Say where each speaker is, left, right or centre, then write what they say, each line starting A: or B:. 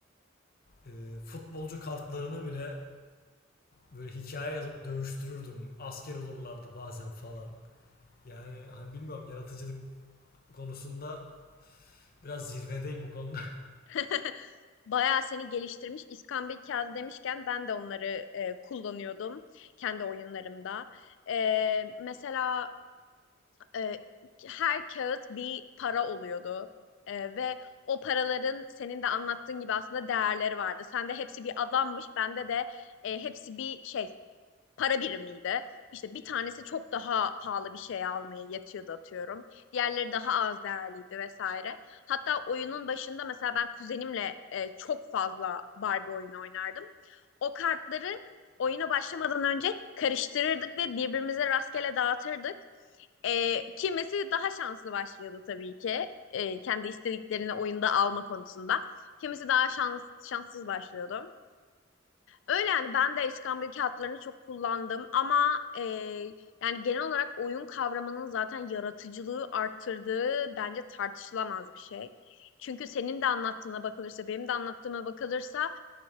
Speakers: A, on the left (about 50°); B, on the left (about 65°).
A: E, futbolcu kartlarını bile böyle hikaye yazıp dövüştürürdüm. Asker olurlardı bazen falan. Yani hani bilmiyorum yaratıcılık konusunda Biraz zirvedeyim o konuda.
B: <laughs> Bayağı seni geliştirmiş. İskambil kağıdı demişken ben de onları e, kullanıyordum kendi oyunlarımda. E, mesela e, her kağıt bir para oluyordu. E, ve o paraların senin de anlattığın gibi aslında değerleri vardı. Sende hepsi bir adammış, bende de e, hepsi bir şey para birimiydi. İşte bir tanesi çok daha pahalı bir şey almaya yetiyordu atıyorum. Diğerleri daha az değerliydi vesaire. Hatta oyunun başında mesela ben kuzenimle e, çok fazla Barbie oyunu oynardım. O kartları oyuna başlamadan önce karıştırırdık ve birbirimize rastgele dağıtırdık. E, kimisi daha şanslı başlıyordu tabii ki. E, kendi istediklerini oyunda alma konusunda. Kimisi daha şans, şanssız başlıyordu. Öyle yani ben de iskambil kağıtlarını çok kullandım ama e, yani genel olarak oyun kavramının zaten yaratıcılığı arttırdığı bence tartışılamaz bir şey. Çünkü senin de anlattığına bakılırsa benim de anlattığıma bakılırsa